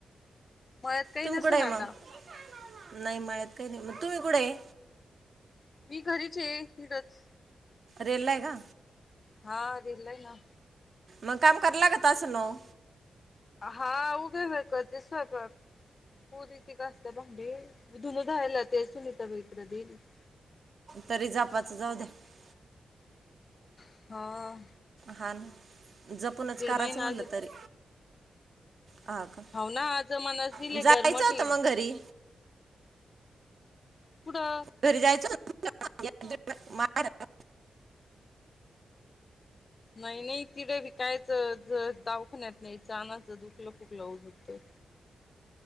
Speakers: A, on the left (about 45°); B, on the right (about 60°).
A: मळ्यात काही
B: तुम्ही
A: नसन
B: कुठे आहे
A: आता
B: मग नाही मळ्यात काही नाही म तुंम्ही कुडय?
A: मी घरीचे इडच
B: रेल्लाये का?
A: हा दिलय ना
B: मग काम करा लागत तस न ओ
A: हा उभेउभ्या करते स्वयंपाक पूरी त्या घासत्या भांडे मि धुण धुवायला जाते सुनीता बाईकडं देना
B: तरी जपाचं जाऊ द्या
A: <unintelligible> ह
B: हा जपूनच करायचं
A: महिना
B: म्हणलं तरी हा का
A: होय ना जमानाज दिले
B: जायचं
A: गरमाटे
B: होतं मग घरी
A: कुठं
B: घरी जायचं <inaudible>
A: नाही नाही तिडे बी काय त दवाखान्यात न्यायच आणायच दुखल खुपल उगाच